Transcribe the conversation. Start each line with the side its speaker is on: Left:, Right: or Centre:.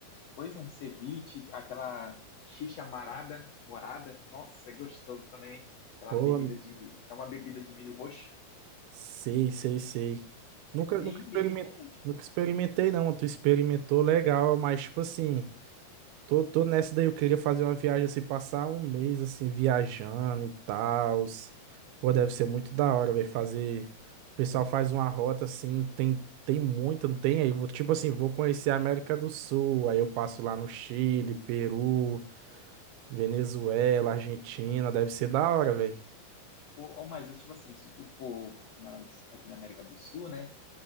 Left: Pois é, um ceviche, aquela xixa marada, morada. Nossa, é gostoso também. Aquela
Right: Pô,
Left: bebida de... É uma bebida de milho roxo.
Right: sei, sei, sei. Nunca,
Left: É bem,
Right: nunca experimentei,
Left: bem diferente,
Right: nunca
Left: pô.
Right: experimentei não, tu experimentou legal, mas tipo assim, Tô, tô nessa daí, eu queria fazer uma viagem assim, passar um mês assim, viajando e tal. Pô, deve ser muito da hora, velho, fazer. O pessoal faz uma rota assim, tem, tem muita, não tem aí. Vou, tipo assim, vou conhecer a América do Sul, aí eu passo lá no Chile, Peru, Venezuela, Argentina, deve ser da hora, velho.
Left: Ou, ou mais, tipo assim, se tu for nas, aqui na América do Sul, né?